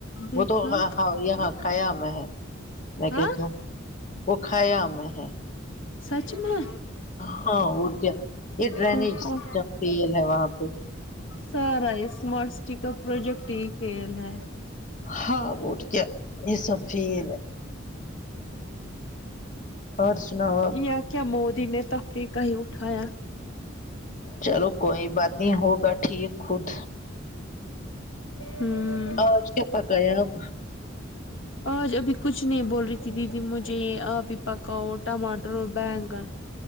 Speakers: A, on the left; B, on the left.
A: دیکھا
B: وہ تو ہاں یہاں خیام میں ہے نمیں
A: ہاں
B: کہتی ہوں وہ خیام میں ہے
A: سچ میں
B: ہاں اور کیا یہ ڈرینیج
A: او ہو
B: سسٹم فیل ہے وہاں پہ
A: سارا یہ اسمارٹ سٹی کا پروجیکٹ ہی فیل ہے
B: ہاں اور کیا یہ سب فیل ہے اور سناؤ آپ
A: یا کیا مودی نے تفریح کا ہی اٹھایا
B: چلو کوئی بات نہیں ہوگا ٹھیک خود
A: ہوں
B: آج کیا پکایا آپ
A: آج ابھی کچھ نہیں بول رہی تھی دیدی مجھے آپ ہی پکاؤ ٹماٹر ہو بینگن